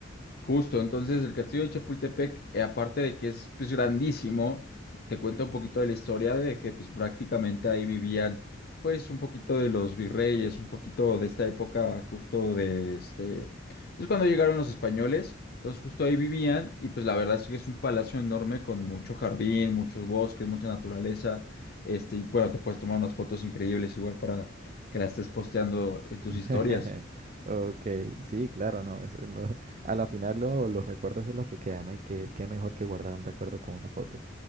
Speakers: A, on the left (about 50°); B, on the right (about 40°).
A: Justo, entonces el castillo de Chapultepec, eh, aparte de que es pues grandísimo, te cuenta un poquito de la historia de que pues prácticamente ahí vivían pues un poquito de los virreyes, un poquito de esta época justo de este, pues cuando llegaron los españoles, entonces justo ahí vivían y pues la verdad es que es un palacio enorme con mucho jardín, muchos bosques, mucha naturaleza, este, y bueno, te puedes tomar unas fotos increíbles igual para que las estés posteando en tus
B: <laughs>
A: historias.
B: Ok, sí, claro, no. eso es lo- a la final lo- los recuerdos es lo que queda, ¿no? Y qué, qué mejor que guardar un recuerdo con una foto.